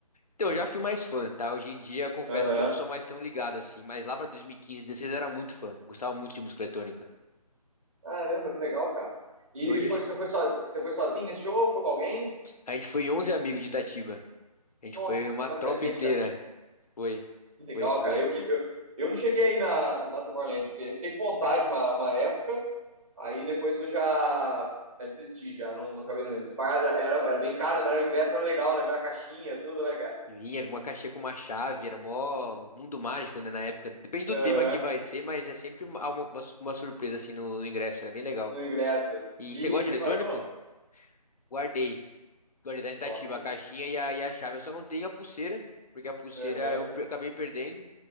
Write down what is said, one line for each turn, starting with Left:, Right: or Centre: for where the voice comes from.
Left: Então, eu já fui mais fã, tá? Hoje em dia, eu confesso
Right: Aham.
Left: que eu não sou mais tão ligado, assim, mas lá pra 2015, 16 eu era muito fã. Gostava muito de música eletrônica.
Right: Caramba, que legal, cara. E
Left: Se Hoje, acho
Right: foi,
Left: que-
Right: você, foi so, você foi sozinho nesse show? Foi com alguém?
Left: a gente foi 11 amigos de Itatiba. A gente
Right: Nossa,
Left: foi uma
Right: foi bastante
Left: tropa
Right: gente,
Left: inteira.
Right: cara.
Left: Foi,
Right: Que legal,
Left: foi, foi.
Right: cara. Eu, que- eu, eu não cheguei aí na, na Tomorrowland, porque fiquei com vontade uma, uma época, Aí depois eu já, já desisti, já não, não acabei não indo. Você pagava, era, era bem caro, mas o ingresso era legal, né? Ver a caixinha, tudo, né, cara?
Left: Vinha uma caixinha com uma chave, era mó mundo mágico, né, na época. Depende do
Right: Aham,
Left: tema que vai ser, mas é sempre uma, uma, uma surpresa, assim, no, no ingresso, era bem legal.
Right: no ingresso.
Left: E
Right: E
Left: você gosta
Right: você
Left: de eletrônico?
Right: guardou?
Left: Guardei. Guardei lá em Itatiba
Right: Top.
Left: a caixinha e a, e a chave. Eu só não tenho a pulseira, porque a pulseira
Right: Aham,
Left: eu pe- acabei perdendo,